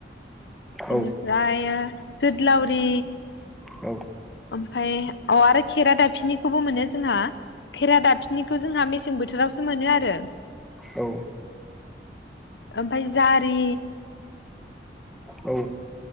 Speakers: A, on the left; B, in the centre.
A: एनिफ्रायो
B: औ
A: जोदलाउरि
B: औ
A: ओमफाय औ आरो खेरा दाफिनिखौबो मोनो जोंहा। खेरा दाबफिनिखौ जोंहा मेसें बोथोराव खो मोनो आरो।
B: औ
A: ओमफाय जारि
B: औ